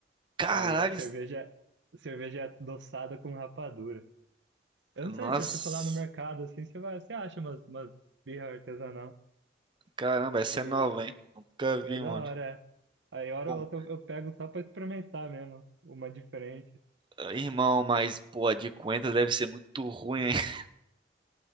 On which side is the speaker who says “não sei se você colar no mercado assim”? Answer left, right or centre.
Right